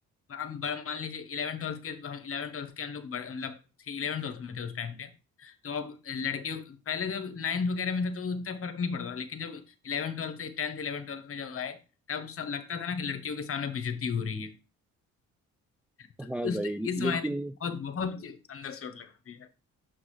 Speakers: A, on the left; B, in the centre.
A: हम बड़ा- मान लीजिए इलेवन ट्वेल्थ के हम इलेवन ट्वेल्थ के हम लोग बड़े- मतलब इलेवन ट्वेल्थ में थे उस टाइम पे तो अब लड़कियों पहले जब नाइन्थ वगैरह में था तो उतना फर्क नहीं पड़ता था, लेकिन जब इलेवन ट्वेल्थ से टेंथ इलेवन ट्वेल्थ में जब आए तब सब लगता था ना कि लड़कियों के सामने बेइज्जती हो रही है तो
B: हाँ
A: उस
B: भाई
A: इस मायने
B: लेकिन
A: बहुत बहुत अंदर चोट लगती है